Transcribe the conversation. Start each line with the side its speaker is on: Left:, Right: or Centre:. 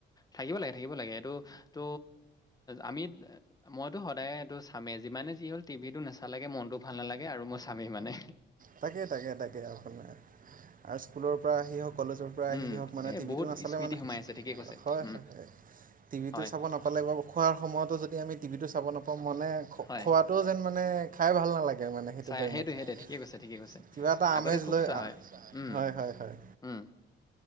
Left: থাকিব লাগে, থাকিব লাগে। এইটো ত' আমি- মইতো সদায় এইটো চামেই, যিমানে যি হ'ল টিভিটো নেচালেগে মনতটো ভাল নালাগে আৰু মই চামেই সিমানে।
Right: তাকে- তাকে- তাকে আপোনাৰ আৰু স্কুলৰ পৰা আহি হওঁক, কলেজৰ- পৰা আহি
Left: উম
Right: হওঁক মানে
Left: এই
Right: টিভিটো
Left: বহুত
Right: নাচালে
Left: স্মৃতি
Right: মানে
Left: সোমাই আছে ঠিকেই কৈছে
Right: হয়-
Left: উম
Right: হয়। টিভিটো
Left: হয়
Right: চাব নাপালে বা খোৱাৰ সময়তো যদি আমি টিভিটো চাব নাপাওঁ মনে খোৱাত-
Left: হয়
Right: টো যেন মানে খাই ভাল নালাগে মানে সেইটো
Left: চাই
Right: টাইমত।
Left: সেইটোৱে
Right: ত-
Left: সেইটোৱে ঠিকে কৈছে, ঠিকে কৈছে।
Right: কিবা এটা
Left: আগতে
Right: আমেজ
Left: খুব
Right: লৈ
Left: চোৱা হয় উম
Right: হয় -হয় -হয়।
Left: উম